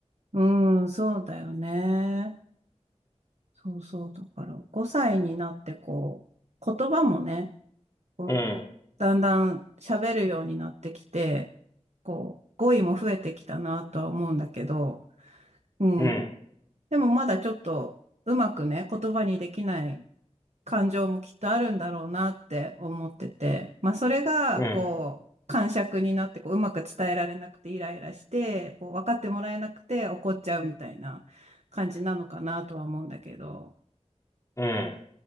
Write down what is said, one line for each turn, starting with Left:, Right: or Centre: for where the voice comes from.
Right: うん、そうだよね。そうそう。だから、5歳になって、こう、言葉もね、こう、
Left: うん、
Right: だんだん喋るようになってきて、こう、語彙も増えてきたなとは思うんだけど、うん。
Left: うん、
Right: でもまだちょっと、うまくね、言葉にできない感情もきっとあるんだろうなって思ってて、まあそれがこう、
Left: うん、
Right: 癇癪になってこう、うまく伝えられなくてイライラして、こう、分かってもらえなくて怒っちゃうみたいな感じなのかなとは思うんだけど、
Left: うん、うん、